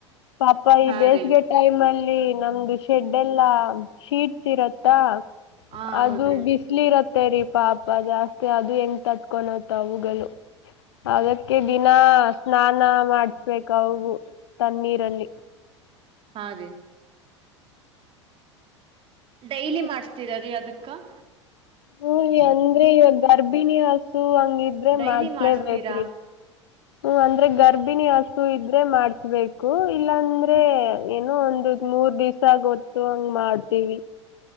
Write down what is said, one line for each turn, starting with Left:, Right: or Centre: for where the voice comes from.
Left: ಪಾಪ ಈ
Right: ಹಾ
Left: ಬೇಸಿಗೆ
Right: ರೀ
Left: ಟೈಮಲ್ಲಿ ಲ್ಲಿ ನಮ್ದು ಶೆಡ್ ಎಲ್ಲಾ ಶೀಟ್ಸ್ ಇರತ್ತಾ
Right: ಹಾ
Left: ಅದು
Right: ಹೌದ್ರಿ
Left: ಬಿಸ್ಲಿ ಇರತ್ ರಿ ಪಾಪಾ ಜಾಸ್ತಿ ಅದು ಹೆಂಗೆ ತಟ್ಕೊಂಡುತ್ ಅವುಗಳು ಅದಕ್ಕೆ ದಿನಾ ಸ್ನಾನ ಮಾಡಿಸ್ಬೇಕ್ ಅವ್ಗು ತಣ್ಣೀರಲ್ಲಿ
Right: ಹಾ ರೀ ಡೈಲಿ
Left: ಏನ್
Right: ಮಾಡ್ಸ್ತೀರ ರೀ ಅದುಕ್ಕ ಹಾಂ
Left: ಹು ರಿ ಅಂದ್ರೆ ಇವಗ್ ಗರ್ಭಿಣಿ ಹಸು ಹಂಗಿದ್ರೆ
Right: ಡೈಲಿ
Left: ಮಾಡ್ಸ್ಲೇಬೇಕ್ರಿ
Right: ಮಾಡ್ಸ್ತೀರಾ
Left: ಹ್ಮ ಅಂದ್ರೆ ಗರ್ಭಿಣಿ ಹಸು ಇದ್ರೆ ಮಾಡ್ಸ್ಬೇಕು ಇಲ್ಲಾಂದ್ರೆ ಏನೋ ಒಂದು ಮೂರ್ ದಿವ್ಸ ಗೊತ್ತು ಹಂಗ್ ಮಾಡ್ತೀವಿ